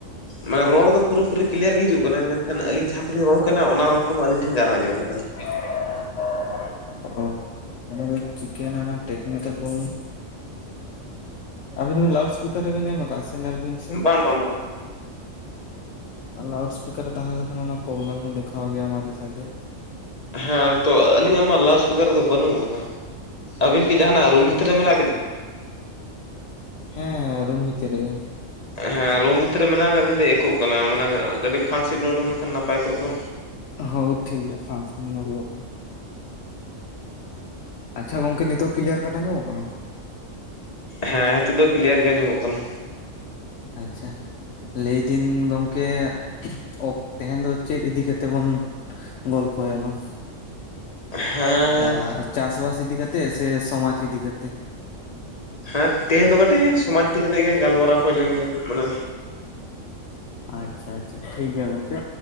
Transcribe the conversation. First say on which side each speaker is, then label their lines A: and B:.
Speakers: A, on the left; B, on the left.
A: ᱱᱟ ᱨᱚᱲ ᱫᱚ ᱯᱩᱨᱟᱹ ᱯᱩᱨᱤ ᱠᱞᱤᱭᱟᱨ ᱜᱮ ᱦᱤᱡᱩᱜ ᱠᱟᱱᱟ ᱢᱮᱱᱠᱷᱟᱱ ᱟᱹᱞᱤᱧ ᱡᱟᱦᱟᱸ ᱠᱚᱞᱤᱧ ᱨᱚᱲ ᱠᱟᱱᱟ ᱚᱱᱟ ᱨᱚᱲ ᱠᱚᱢᱟ ᱟᱹᱞᱤᱧ ᱴᱷᱮᱱ ᱜᱮ ᱟᱨᱦᱚᱸ ᱟᱸᱡᱚᱢᱚᱜ ᱠᱟᱱᱟ᱾
B: ᱪᱤᱠ ᱴᱠ <unintelligible> ᱟᱵᱤᱱ ᱵᱤᱱ ᱞᱟᱣᱩᱰᱥ ᱥᱯᱤᱠᱟᱨ ᱨᱮᱵᱤᱱ ᱮᱢ ᱟᱠᱟᱟᱜ-ᱟ ᱥᱮ ᱱᱮᱞ ᱵᱤᱱ ᱥᱮ᱾
A: ᱵᱟᱝ ᱵᱟᱝ ᱵᱟᱝ
B: ᱞᱟᱣᱩᱰᱥ ᱥᱯᱤᱠᱟᱨᱮ ᱛᱟᱸᱦᱮ ᱞᱮᱠᱷᱟᱱ ᱚᱱᱟ ᱯᱨᱚᱵᱞᱮᱢ ᱦᱚᱸ ᱫᱮᱷᱟᱣᱟ ᱜᱮᱭᱟ ᱢᱟᱡᱷᱮ ᱥᱟᱡᱷᱮ᱾
A: ᱦᱮᱸ ᱛᱚ ᱟᱹᱞᱤᱧᱟᱜ ᱢᱟ ᱞᱟᱣᱩᱥ ᱯᱤᱠᱟᱨᱮᱫᱚ ᱵᱟᱹᱱᱩᱜ ᱟᱠᱟᱫᱟ, ᱟᱵᱤᱱ ᱠᱤ ᱡᱟᱦᱟᱸᱱᱟᱜ ᱨᱩᱢ ᱵᱷᱤᱛᱨᱤ ᱨᱮ ᱢᱮᱱᱟᱜ ᱵᱤᱱᱟ?
B: ᱦᱮᱸ ᱨᱩᱢ ᱵᱷᱤᱛᱤᱨ ᱨᱮ ᱜᱮ᱾
A: ᱦᱮᱸ ᱨᱩᱢ ᱵᱷᱤᱛᱨᱤ ᱨᱮ ᱢᱮᱱᱟᱜᱱᱟ ᱟᱠᱟᱫ ᱵᱤᱱ ᱛᱮ ᱤᱠᱚᱜ ᱠᱟᱱᱟ ᱢᱟᱱᱮ ᱠᱟᱹᱴᱤᱡ ᱯᱷᱟᱸᱠ ᱥᱮᱫ ᱵᱮᱱ ᱩᱰᱩᱠ ᱞᱮᱱᱠᱷᱟᱱ ᱱᱟᱯᱟᱭ ᱠᱚ ᱫᱚ᱾
B: ᱦᱚ ᱴᱷᱤᱠ ᱜᱮᱭᱟ <unintelligible> <unintelligible> ᱱᱚᱰᱩ ᱠᱟᱱᱟ᱾ ᱟᱪᱪᱷᱟ ᱜᱚᱝᱠᱮ ᱱᱤᱛᱚᱜ ᱠᱞᱤᱭᱟᱨ ᱠᱟᱴ ᱟᱸᱡᱚᱢᱚᱜ ᱠᱟᱱᱟ?
A: ᱦᱮᱸ ᱱᱤᱛᱚᱜ ᱫᱚ ᱠᱞᱤᱭᱟᱨ ᱜᱮ ᱟᱸᱡᱚᱢᱚᱜ ᱠᱟᱱᱟ᱾
B: ᱟᱪᱪᱷᱟ ᱞᱟᱹᱭᱫᱟᱧ ᱜᱚᱝᱠᱮ ᱚᱠ ᱛᱮᱦᱮᱧ ᱫᱚ ᱪᱮᱫ ᱤᱫᱤ ᱠᱟᱛᱮ ᱵᱚᱱ ᱜᱚᱞᱯᱚ ᱭᱟᱞᱟᱝ?
A: ᱦᱮᱸ
B: ᱮ ᱪᱟᱥ-ᱵᱟᱥ ᱤᱫᱤ ᱠᱟᱛᱮᱜ ᱥᱮ ᱥᱚᱢᱟᱡ ᱤᱫᱤ ᱠᱟᱛᱮᱜ?
A: ᱦᱮᱸ, ᱛᱮᱦᱮᱧ ᱫᱚ ᱠᱟᱹᱴᱤᱡ ᱥᱚᱢᱟᱡ ᱤᱫᱤ ᱠᱟᱛᱮᱜ ᱜᱮ ᱜᱟᱞᱢᱟᱨᱟᱣ ᱦᱩᱭ ᱞᱮᱱ ᱜᱮ ᱢᱟᱱᱮ᱾
B: ᱟᱪᱪᱷᱟ ᱟᱪᱪᱷᱟ ᱴᱷᱤᱠᱜᱮᱭᱟ ᱜᱚᱝᱠᱮ᱾